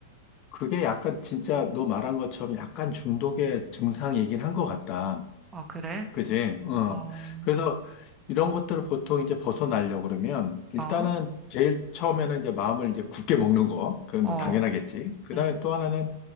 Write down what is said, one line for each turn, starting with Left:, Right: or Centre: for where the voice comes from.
Left: 그게 약간 진짜 너 말한 것처럼 약간 중독의 증상이긴 한 것 같다.
Right: 아, 그래?
Left: 그지? 어.
Right: 어,
Left: 그래서 이런 것들을 보통 이제 벗어나려고 그러면 일단은
Right: 어,
Left: 제일 처음에는 이제 마음을 이제 굳게 먹는 거. 그건
Right: 어,
Left: 뭐 당연하겠지. 그
Right: 응,
Left: 다음에 또 하나는